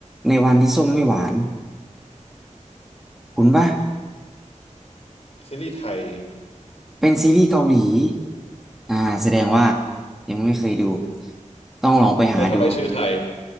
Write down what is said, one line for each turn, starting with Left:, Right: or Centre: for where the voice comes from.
Centre: ในวันที่ส้มไม่หวานคุ้นปะ
Left: ซีรีส์ไทยใช่ไหม
Centre: เป็นซีรีส์เกาหลีอ่าแสดงว่ายังไม่เคยดู ต้องลองไปหาดู
Left: แต่ทำไมชื่อไทย